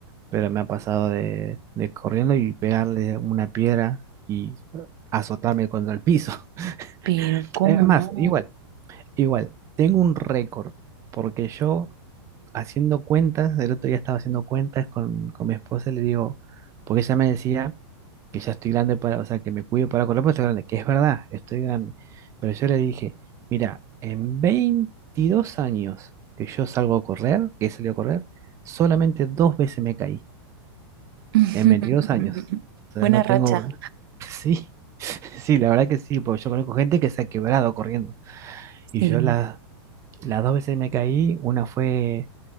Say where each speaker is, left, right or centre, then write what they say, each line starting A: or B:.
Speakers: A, on the right; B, on the right.
A: pero me ha pasado de, de corriendo y pegarle una piedra y azotarme contra el piso. <laughs>
B: pero cómo
A: Es más,
B: no.
A: igual, igual, tengo un récord, porque yo haciendo cuentas, el otro día estaba haciendo cuentas con, con mi esposa, le digo, porque ella me decía que ya estoy grande para, o sea, que me cuido para correr, porque estoy grande, que es verdad, estoy grande. Pero yo le dije, mira, en 22 años que yo salgo a correr, que he salido a correr, solamente dos veces me caí,
B: <laughs>
A: en 22 años. O
B: Buena
A: sea, no
B: racha.
A: tengo, <laughs> sí, sí, la verdad que sí, porque yo conozco gente que se ha quebrado corriendo. Y
B: Sí.
A: yo la- las dos veces me caí, una fue